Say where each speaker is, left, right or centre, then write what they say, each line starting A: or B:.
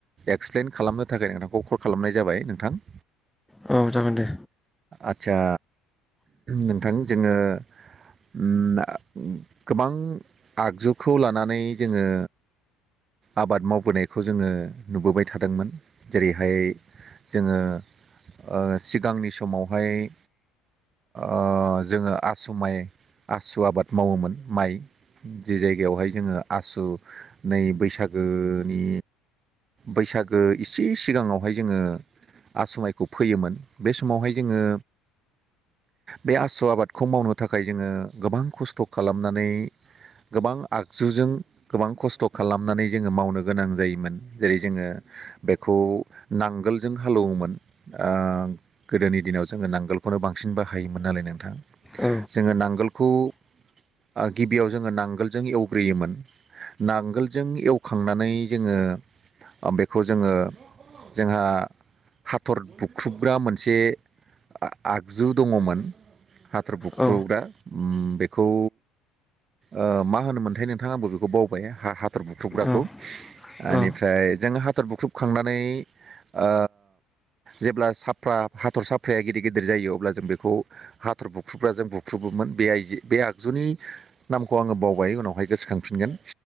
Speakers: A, on the right; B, in the centre.
A: एक्सप्लेन खालामनो थाखाय नोंथांखौ कल खालामनाय जाबाय नोंथां
B: औ जागोन दे
A: आदसा नोंथां जोङो उम गोबां आगजुखौ लानानै जोङो आबाद मावबोनायखौ जोङो नुबोबाय थादोंमोन जेरैहाय जोङो ओ सिगांनि समावहाय ओ जोङो आसु माइ आसु आबाद मावोमोन माइ जे जायगायावहाय जोङो आसु नै बैसागोनि बैसागो इसे सिगाङावहाय जोङो आसु माइखौ फैयोमोन बे समावहाय जोङो बे आसु आबादखौ मावनो थाखाय जोङो गोबां खस्थ' खालामनानै गोबां आगजुजों गोबां खस्थ' खालामनानै जोङो मावनो गोनां जायोमोन जेरै जोङो बेखौ नांगोलजों हालौवोमोन ओ गोदोनि दिनाव जोङो नांगोलखौनो बांसिन बाहायोमोन नालाय नोंथां
B: औ
A: जोङो नांगोलखौ ओ गिबियाव जोङो नांगोलजों एवग्रोयोमोन नांगोलजों एवखांनानै जोङो बेखौ जोङो जोंहा हाथर बुख्रुबग्रा मोनसे आ-आगजु दङमोन हाथर बुख्रुबग्रा
B: औ
A: बेखौ ओ मा होनोमोन मोनथाय नोंथां आंबो बेखौ बावबाय आं हाथर बुख्रुबग्राखौ
B: औ
A: एनिफ्राय
B: औ
A: जों हाथर बुख्रुबखांनानै ओ जेब्ला साफ्रा हाथर साफ्राया गिदिर गिदिर जायो अब्ला जों बेखौ हाथर बुख्रुबग्राजों बुख्रुबोमोन बे आइजे बे आगजुनि नामखौ आङो बावबाय उनावहाय गोसोखांफिनगोन